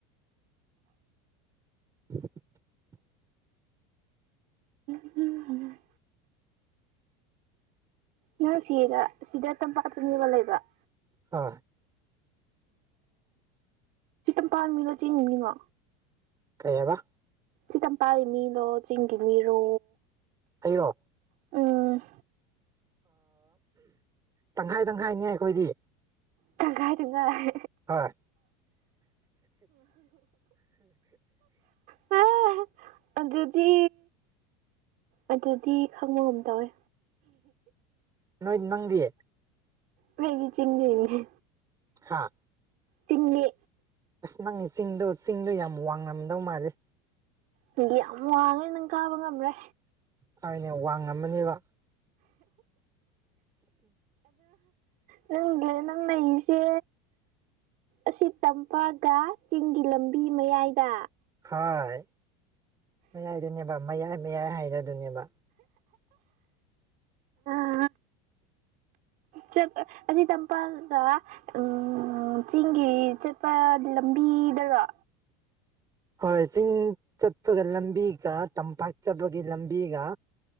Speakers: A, on the right; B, on the right.
A: <inaudible>
B: ꯎꯝ ꯅꯪ ꯁꯤꯗ ꯁꯤꯗ ꯇꯝꯄꯥꯛꯇꯅꯦꯕ ꯃꯤ ꯑꯃ ꯂꯩꯕꯔ
A: ꯍ
B: ꯇꯝꯃꯤꯂꯣ ꯆꯤꯡꯃꯤꯔꯣ
A: ꯀꯩ ꯍꯥꯏꯕ
B: ꯁꯤ ꯇ ꯄꯥꯏꯔꯤ ꯃꯤꯅꯣ ꯆꯤꯡꯒꯤ ꯃꯤꯔꯣ
A: ꯑꯩꯔꯣ
B: ꯎꯝ
A: ꯇꯪꯈꯥꯏ ꯇꯪꯈꯥꯏꯅꯦ ꯑꯩꯈꯣꯏꯗꯤ
B: ꯇꯪꯈꯥꯏ ꯇꯪꯈꯥꯢ
A: ꯍꯣꯏ
B: ꯑꯥ ꯑꯗꯨꯗꯤ ꯑꯗꯨꯗꯤ ꯈꯪꯕꯒꯝ ꯇꯧꯋꯦ
A: ꯅꯣꯏ ꯅꯪꯗꯤ
B: ꯍꯦꯒꯤ ꯆꯤꯅꯤ ꯍꯥꯏ
A: ꯍꯥꯥ
B: ꯇꯅꯤ
A: ꯑꯁ ꯅꯪꯅꯦ ꯆꯤꯡꯗꯣ ꯆꯤꯡꯗꯣ ꯌꯥꯝ ꯋꯥꯡꯉꯝꯗꯧ ꯃꯥꯜꯜꯂꯤꯦ
B: ꯗꯤ ꯌꯥꯝ ꯋꯥꯡꯉꯦ ꯅꯪ ꯀꯥꯕ ꯉꯝꯔꯦ
A: ꯍꯥꯏꯅꯦ ꯋꯥꯡ ꯉꯝꯃꯅꯦꯕ
B: ꯅꯪꯗꯦ ꯅꯪꯅꯁꯦ ꯑꯁꯤ ꯇꯝꯄꯥꯥꯛꯒ ꯆꯤꯡꯒꯤ ꯂꯝꯕꯤ ꯃꯌꯥꯏꯗ
A: ꯍꯣꯏ ꯃꯌꯥꯏꯗꯨꯅꯦꯕ ꯃꯌꯥꯏ ꯃꯌꯥꯏ ꯍꯥꯏꯅꯗꯨꯅꯦꯕ <inaudible>
B: ꯑ ꯆꯠꯄ ꯑꯁꯤ ꯆꯝꯄꯜꯗ ꯎꯝ ꯆꯤꯡꯒꯤ ꯆꯠꯄ ꯂꯝꯕꯤꯗꯔ
A: ꯍꯣꯏ ꯆꯤꯡ ꯆꯠꯄꯒꯤ ꯂꯝꯕꯤꯒ ꯇꯝꯄꯥꯛ ꯆꯠꯄꯒꯤ ꯂꯝꯕꯤꯒ